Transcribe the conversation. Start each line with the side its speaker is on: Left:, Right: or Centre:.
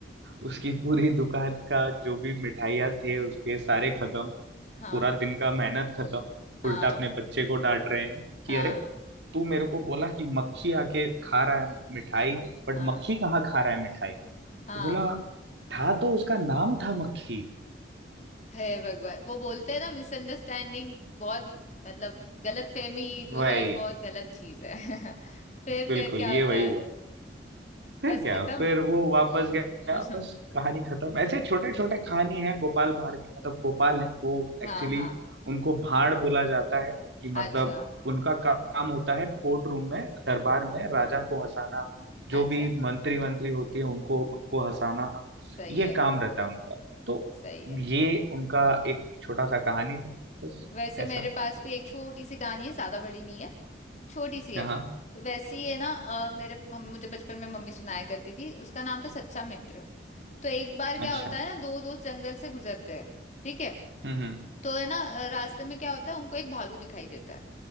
Right: उसकी पूरी दुकान का जो भी मिठाइयाँ थे उसके सारे खत्म
Left: हाँ
Right: पूरा दिन का मेहनत खत्म
Left: हाँ
Right: उल्टा अपने बच्चे को डांट रहे हैं कि
Left: हाँ
Right: अरे तू मेरे को बोला कि मक्खी आके खा रहा है मिठाई बट
Left: हाँ
Right: मक्खी कहाँ खा रहा है मिठाई
Left: हाँ
Right: तो बोला था तो उसका नाम था मक्खी
Left: हे भगवान वो बोलते हैं ना मिसअंडरस्टैंडिंग बहुत मतलब गलतफहमी जो
Right: वही
Left: है बहुत गलत चीज है <laughs> फिर
Right: बिल्कुल
Left: फिर क्या
Right: ये
Left: होता
Right: वही
Left: है
Right: हुआ फिर
Left: बस
Right: क्या
Left: खत्म
Right: फिर वो वापस गया
Left: <laughs>
Right: बस कहानी खत्म ऐसे छोटे छोटे कहानी है गोपाल भाड़ की मतलब गोपाल है वो
Left: हाँ
Right: एक्चुअली
Left: हाँ
Right: उनको भाड़ बोला जाता है कि
Left: अच्छा
Right: मतलब उनका काम होता है कोर्ट रूम में दरबार में राजा को हंसाना जो
Left: अच्छा
Right: भी मंत्री वंत्री होती है उनको उनको हंसाना
Left: सही
Right: ये
Left: है
Right: काम रहता है उनका तो
Left: सही है
Right: ये उनका एक छोटा सा कहानी था बस
Left: वैसे
Right: ऐसा
Left: मेरे पास भी एक छोटी सी कहानी है ज्यादा बड़ी नहीं है छोटी सी है
Right: हाँ
Left: तो वैसी है ना अ, मेरे हम, मुझे बचपन में मम्मी सुनाया करती थी उसका नाम था सच्चा मित्र तो एक बार क्या
Right: अच्छा
Left: होता है ना दो दोस्त जंगल से गुजरते हैं ठीक है
Right: हम्म हम्म,
Left: तो है ना अ, रास्ते में क्या होता है उनको एक भालू दिखाई देता है